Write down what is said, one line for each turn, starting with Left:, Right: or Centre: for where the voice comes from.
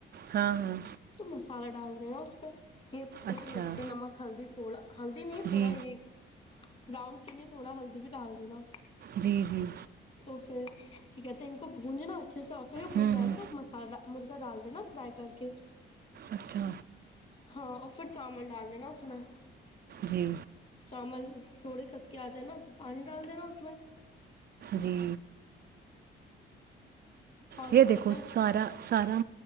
Right: ہاں ہاں
Left: تو مسالہ ڈال دے گا اس پہ یہ ایسی
Right: اچھا
Left: مرچی نمک ہلدی تھوڑا ہلدی نہیں تھوڑا
Right: جی
Left: یہ براؤن کینی تھوڑا ہلدی ڈال دینا
Right: جی جی
Left: تو پھر کہتے ہیں ان کو بونجناا اچھے سے
Right: ہوں
Left: بناا
Right: ہوں
Left: تو مسالہ مر ڈال د نا فرائی کر کے
Right: اچھا
Left: ہاں اور پھر چاول ڈال دینا اس میں
Right: جی
Left: چامول تھوڑے کھد کے آ جائے نا تو پانی ڈال دینا اس میں
Right: جی
Left: اور
Right: یہ
Left: کیا
Right: دھو
Left: کہتے ہیں
Right: سارا سارا